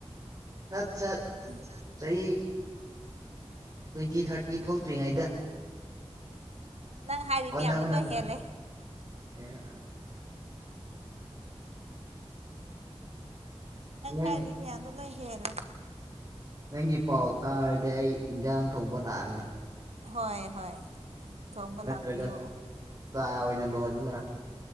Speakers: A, on the right; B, on the right.
A: ꯁꯠ ꯁꯠ
B: ꯁꯠ ꯁꯠ
A: ꯆꯍꯤ ꯇ꯭ꯋꯦꯟꯇꯤ ꯊꯔꯇꯤ ꯊꯣꯛꯇ꯭ꯔꯤꯉꯩꯗ
B: ꯅꯪ ꯍꯥꯏꯔꯤ
A: ꯑꯣꯟꯅꯕꯅꯦꯕ
B: ꯃꯌꯥꯝꯗꯣ ꯂꯣꯏ ꯍꯦꯜꯂꯦ
A: ꯑꯦ ꯅꯪ
B: ꯍꯥꯏꯔꯤ ꯃꯌꯥꯝꯗꯣ ꯂꯣꯏ ꯍꯦꯜꯂꯦ
A: ꯅꯪꯒꯤ ꯄꯥꯎ ꯇꯥꯔꯗꯤ ꯑꯩ ꯏꯟꯁꯥꯡ ꯊꯣꯡꯕ ꯂꯥꯛꯑꯒꯦ
B: ꯍꯣꯏ ꯍꯣꯏ ꯊꯣꯡꯕ
A: ꯅꯠꯇ꯭ꯔꯒ
B: ꯂꯥꯛꯄꯤꯌꯣ
A: ꯆꯥ ꯑꯣꯏꯅ ꯂꯣꯟꯂꯨꯔꯥ